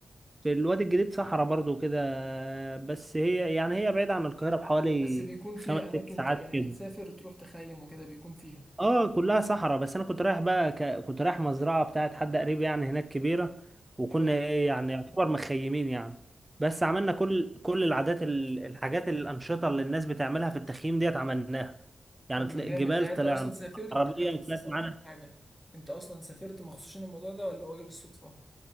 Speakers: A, on the right; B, in the centre.
A: في الوادي الجديد صحراء برضو كده بس هي يعني هي بعيده عن القاهره بحوالي
B: بس بيكون فيها
A: خمس ست
B: اماكن
A: ساعات
B: ت... يعني
A: كده
B: بتسافر تروح تخيم وكده بيكون فيها
A: اه كلها صحراء بس انا كنت رايح بقى ك... كنت رايح مزرعه بتاعت حد قريب يعني هناك كبيره وكنا
B: حلو
A: ايه يعني يعتبر مخيمين يعني بس عملنا كل كل العادات ال- الحاجات الانشطه اللي الناس بتعملها في التخييم ديت عملناها يعني
B: طب ما
A: طل-
B: جامد
A: جبال
B: ده يعني
A: طلعنا
B: انت اصلا سافرت
A: عربيه
B: انا عايز بس
A: كانت
B: افهم
A: معانا
B: حاجه انت اصلا سافرت مخصوص عشان الموضوع ده ولا هو جه بالصدفه